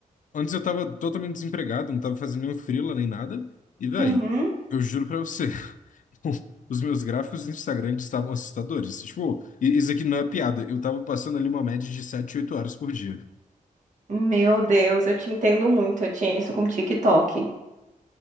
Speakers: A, on the left; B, on the right.
A: antes eu tava totalmente desempregado, não tava fazendo nenhum freela nem nada. E, véi,
B: Uhum.
A: eu juro pra você, <laughs> os meus gráficos no Instagram eles estavam assustadores. Tipo, i- isso aqui não é piada. Eu tava passando ali uma média de 7 8 horas por dia.
B: Meu Deus, eu te entendo muito. Eu tinha isso com o TikTok.